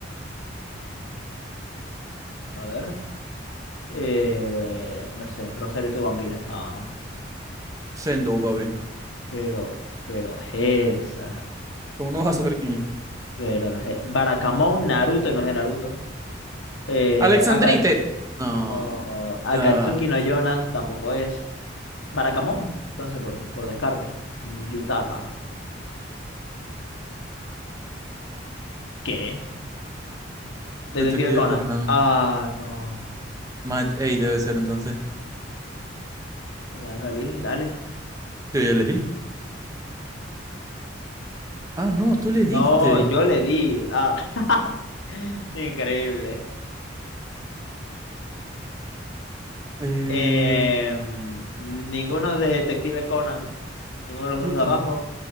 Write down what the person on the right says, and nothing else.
Sendo, papi.
¿Cómo no vas a saber quién es?
Alexandrite.
No.
Ya.
Detective
Conan.
Matt A debe ser entonces.
Yo ya elegí. Ah, no, tú le
diste.
Eh,
Pluto.